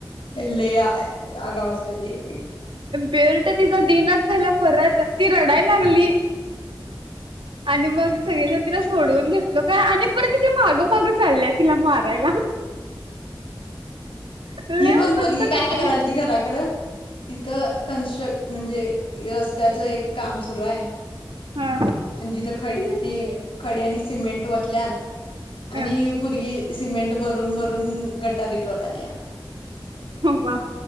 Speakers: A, on the left (about 90°); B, on the right (about 75°).
A: लै अगाव असत्यात एक एक.
B: बेल्ट तिचा दिनच झाला परत ती रडायला लागली. आणि मग सगळी जण तिला, सोडवून घेतलो काय आणि परत तिचे मागं मागं चालल्यात. तिला मारायला. लय
A: ही पण
B: मस्त
A: पलगी
B: करते
A: काय कराल,
B: बाई
A: ती घराकड तिथं कनस्ट्र म्हणजे रस्त्याच एक काम सुरू आहे.
B: हा
A: आणि तिथं खडी आणि खडी आणि सिमेंट वतल्या.
B: हा
A: आणि ही पोरगी सिमेंट भरून भरून गटारित वताल्या.
B: वा!